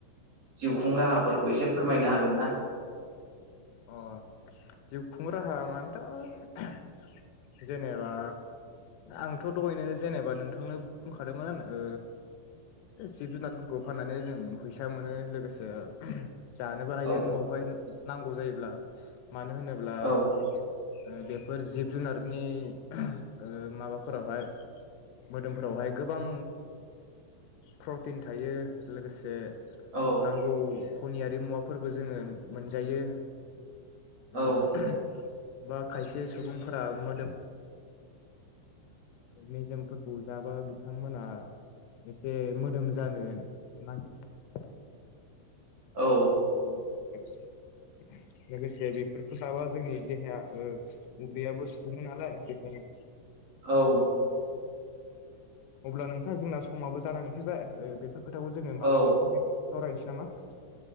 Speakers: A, on the right; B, on the left.
A: जिउ खुं राहाफोरखौ एसे फोरमायनो हागोन ना?
B: अ जिउ खुं राहा मानेथ' जेनेबा आंथ' दहायनो जेनेबा नोंथांनो बुंखादोंमोन आनो जिब- जुनारफोरखौ फाननानै जों फैसा मोनो लोगोसे जानोबो हायो
A: औ
B: नआवहाय। नांगौ जायो ब्ला मानो होनोब्ला
A: औ
B: ओ बेफोर जिब जुनारनि ओहो माबाफोरावहाय मोदोमफोरावहाय गोबां प्रटिन थायो लोगोसे
A: औ
B: नांगौ खनियारि मुवाफोरबो जोङो मोनजायो।
A: औ
B: ओ होम बा खायसे सुबुंफोरा मोदोम मेजेमफोरखौ जाबा बिथांमोना एसे मोदोम जानो नागिर
A: औ
B: <unintelligible> लोगोसे बेफोरखौ जाबा जोंनि देहाया ओ उदैयाबो सुफुङो नालाय बेखायनो।
A: औ
B: अब्ला नोंथां जोंना समाबो जानानै फैबाय ओ, बेफोर खोथाखौ जोङो
A: औ
B: मालाबा समाव सावरायनोसै नामा?